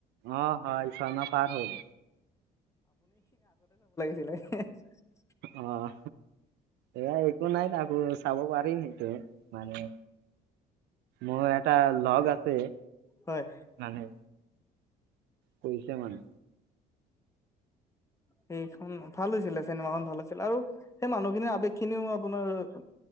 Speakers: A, on the right; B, on the left.
A: অ হয় ইছনা পাৰ হ'ল,
B: ছিলিল <unintelligible>
A: আহ এয়া একো নাই তাকো চাব পাৰিম সেইটো মানে, মোৰ এটা লগ আছে
B: হয়
A: মানে পইচা মান
B: সেইখন ভাল হৈছিলে চিনেমা খন ভাল হৈছিলে আৰু সেই মানুহখিনিৰ আবেগ খিনিও আপোনাৰ অ